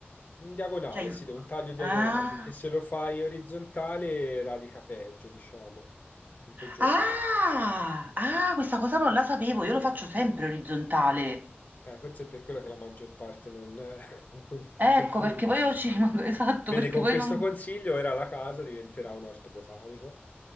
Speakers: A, on the left; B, on the right.
A: In diagonale,
B: cioè... in-
A: sì, un taglio diagonale,
B: Ah,
A: perché se lo fai orizzontale radica peggio, diciamo, in peggior
B: ah,
A: modo.
B: ah, questa cosa non la sapevo, io lo faccio sempre orizzontale.
A: Eh, forse è per quello che la maggior parte non, <laughs> non
B: Ecco,
A: ti
B: perché
A: dice.
B: poi io ci rimango, <laughs> esatto,
A: Vedi,
B: perché
A: con
B: poi
A: questo
B: non...
A: consiglio era la casa diventerà un orto botanico.